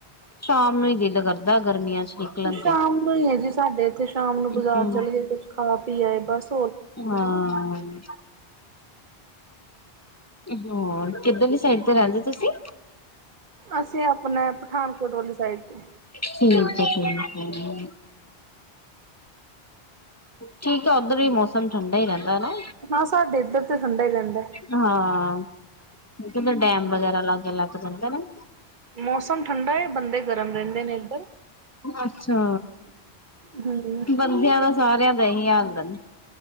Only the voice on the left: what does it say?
ਸ਼ਾਮ ਨੂੰ ਹੀ ਦਿਲ ਕਰਦਾ ਗਰਮੀਆਂ 'ਚ ਨਿਕਲਣ
ਤੇ
ਹਾਂ
ਹਾਂ। ਏ ਵੀ ਹਾਂ। ਕਿੱਧਰਲੀ ਸਾਈਡ ਤੇ ਰਹਿੰਦੇ ਤੁਸੀਂ?
ਠੀਕ ਹੈ ਠੀਕ ਐ। ਠੀਕ ਐ, ਉੱਧਰ ਵੀ ਮੌਸਮ ਠੰਡਾ ਹੀ ਰਹਿੰਦਾ ਨਾ।
ਹਾਂ ਕਿਉਂਕਿ ਡੈਮ ਵਗੈਰਾ ਲਾਗੇ ਲੱਗ ਜਾਂਦਾ ਨਾ।
ਅੱਛਾ।
ਬੰਦਿਆਂ ਦਾ ਸਾਰਿਆਂ ਦਾ ਇਹੀ ਹਾਲ ਰਹਿੰਦਾ।